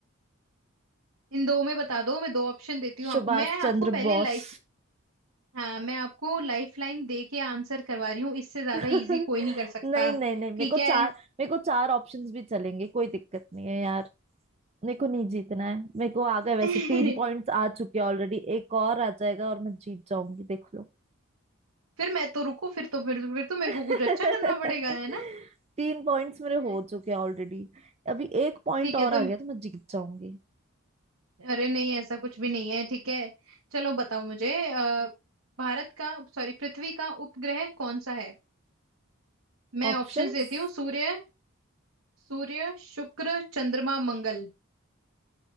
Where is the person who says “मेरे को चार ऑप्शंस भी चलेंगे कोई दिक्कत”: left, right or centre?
Right